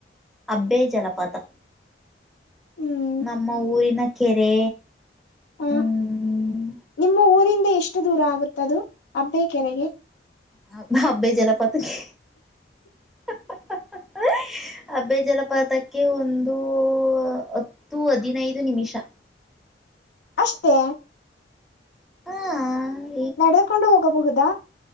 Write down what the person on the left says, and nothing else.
ಹ್ಮ್
ಹುಂ
ನಿಮ್ಮ ಊರಿಂದ ಎಷ್ಟು ದೂರ ಆಗುತ್ತದು ಅಬ್ಬೆ ಕೆರೆಗೆ
ಅಷ್ಟೇ
ನಡೆಕೊಂಡು ಹೋಗಬಹುದಾ